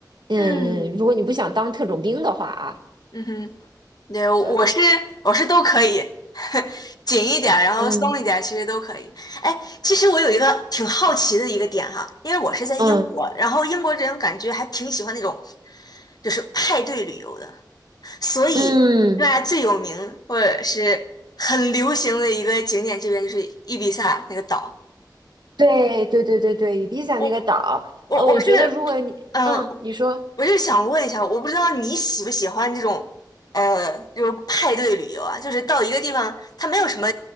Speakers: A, on the right; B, on the left.
A: 嗯，
B: 嗯
A: 如果你不想当特种兵的话啊，
B: 嗯哼。对，我我是我是都可以，
A: 对，
B: <laughs> 紧一点儿，然后松一点儿，
A: 嗯
B: 其实都可以。哎，其实我有一个挺好奇的一个点哈，因为我是在英国，
A: 嗯
B: 然后英国人感觉还挺喜欢那种就是派对旅游的，所以那最有名或者是很流行的一个景点，
A: 嗯，
B: 这边就是伊比萨那个岛。
A: 对对对对对，伊比萨那个岛，
B: 我我我是
A: 呃，我觉得如果你，
B: 嗯，
A: 嗯，
B: 呃
A: 你说。
B: 我就想问一下，我不知道你喜不喜欢这种，呃，这种派对旅游啊，就是到一个地方，它没有什么，